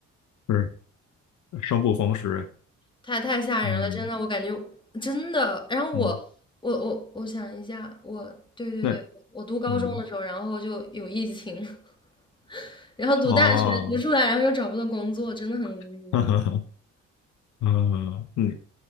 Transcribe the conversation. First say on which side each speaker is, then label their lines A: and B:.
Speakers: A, on the left; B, on the left.
A: 不是生不逢时。
B: 太太吓人了，
A: 嗯
B: 真的，我感觉真的。然后我我我我想一下，
A: 嗯，
B: 我对对对，
A: 那
B: 我读高中的时候，
A: 嗯
B: 然后就有疫情，<laughs> 然后读大学读出来，
A: 啊，
B: 然后又找不到工作，真的很无语。
A: <laughs> 哈哈哈，<laughs> 嗯，嗯